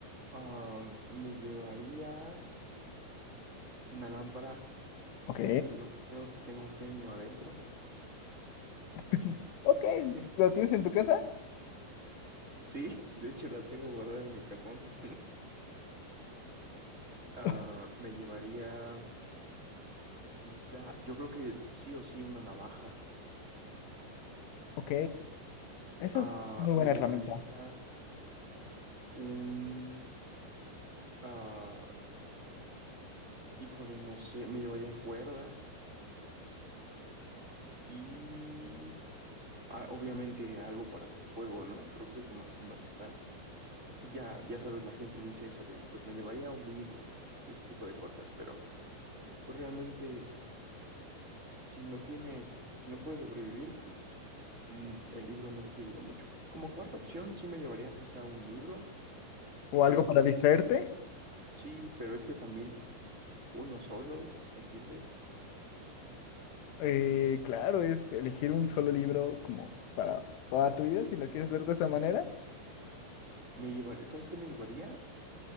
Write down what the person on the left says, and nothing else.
Ok.
<laughs> Ok.
¿Lo tienes en tu casa?
<laughs>
Ok. Esa
es muy
buena herramienta.
¿O
algo para distraerte?
Eh, claro, es elegir un solo libro como para toda tu vida, si lo quieres ver de esa manera.